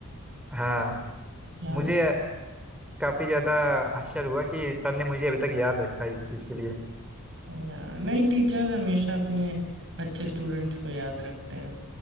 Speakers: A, in the centre; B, on the right.
A: हाँ
B: हाँ।
A: मुझे काफी ज्यादा आश्चर्य हुआ कि सर ने मुझे अभी तक याद रखा इस चीज के लिए
B: ना- नहीं टीचर्स हमेशा अपने अच्छे स्टूडेंट्स को याद रखते हैं